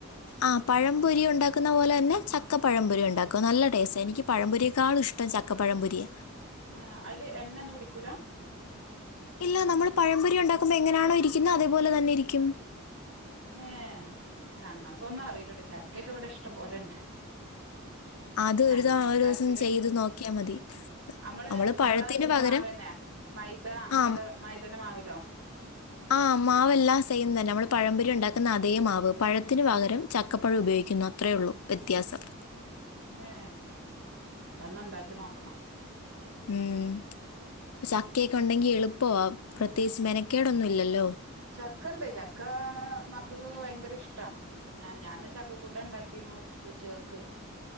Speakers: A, on the left; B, on the right.
A: ആ പഴം പൊരി ഉണ്ടാക്കുന്ന പോലെ തന്നെ ചക്ക പഴംപൊരി ഉണ്ടാക്കും നല്ല ടേസ്റ്റ എനിക്ക് പഴംപൊരിക്കാളും ഇഷ്ട ട്ടം ചക്കപ്പഴമ്പൊരിയ
B: ആ അയ്ല് എണ്ണോന്നും പിടിക്കൂല
A: ഇല്ല നമ്മൾ പഴംപൊരി ഉണ്ടാക്കുമ്പോ എങ്ങനെയാണോ ഇരിക്കുന്നത് അതേപോലെ തന്നെ ഇരിക്കും
B: ഏ ഞങ്ങക്കൊന്നും അറിയില്ലട്ടോ ചക്കൊക്കെവടെ ഇഷ്ടം പോലെണ്ട് പക്ഷെ
A: അത് ഒരു
B: അങ്ങനെ
A: തവ
B: ഇണ്ടാക്കല്
A: ഒരു ദിവസം ചെയ്ത് നോക്ക്യാ മതി
B: നമ്മള്
A: നമ്മൾ
B: സാധാ
A: പഴത്തിന്
B: തിന്റെ
A: പകരം
B: മാവെന്നെ മൈദ മൈദ
A: ആ
B: മൈദന്റെ മാവിലോ
A: ആ മാവെല്ലാം സെയിം തന്നെ നമ്മള് പഴമ്പൊരി ഉണ്ടാക്കുന്ന അതേ മാവ് പഴത്തിന് പകരം ചക്കപ്പഴം ഉപയോഗിക്കുന്നു അത്രേ ഉള്ളൂ വ്യത്യാസം
B: ഏ ഞാന്നുണ്ടാക്കി നോക്കണം
A: ഉം ചക്കൊക്കെ ഉണ്ടെങ്കി എളുപ്പവാ പ്രത്യേകിച്ച് മെനക്കേടൊന്നും ഇല്ലല്ലോ
B: ചക്കണ്ട് ചക്ക മക്കക്കൊക്കെ ഭയങ്കര ഇഷ്ടാണ് പ്പ ഞാൻ ഞാന്ന് ചക്കക്കൂട്ടാൻ ണ്ടാക്കിന്നു ഉച്ചക്കക്ക്